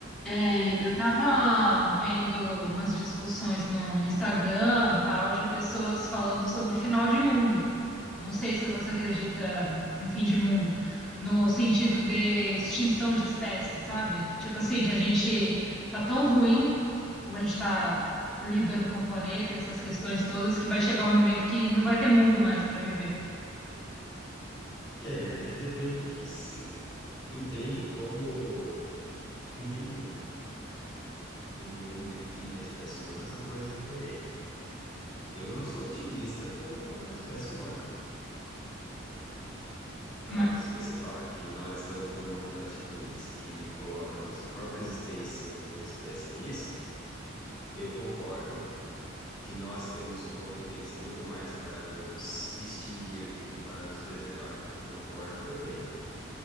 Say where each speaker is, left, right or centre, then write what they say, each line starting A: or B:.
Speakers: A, in the centre; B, on the left.
A: É, eu tava vendo umas discussões no, no Instagram, tal, de pessoas falando sobre final de mundo. Não sei se você acredita em fim de mundo, no sentido de extinção de espécies, sabe? Tipo assim, que a gente tá tão ruim, como a gente tá lidando com o planeta, essas questões todas, que vai chegar um momento que não vai ter mundo mais para viver.
B: É, é que depende do que se entende como fim de mundo. Fim de mundo e fim da espécie humana são coisas diferentes. Eu não sou otimista com a espécie humana. Então,
A: Mas,
B: se você fala que nós estamos tomando atitudes que colocam a nossa própria existência enquanto espécie em risco, eu concordo que nós temos competência muito mais para nos extinguir do que para nos preservar. Concordo também.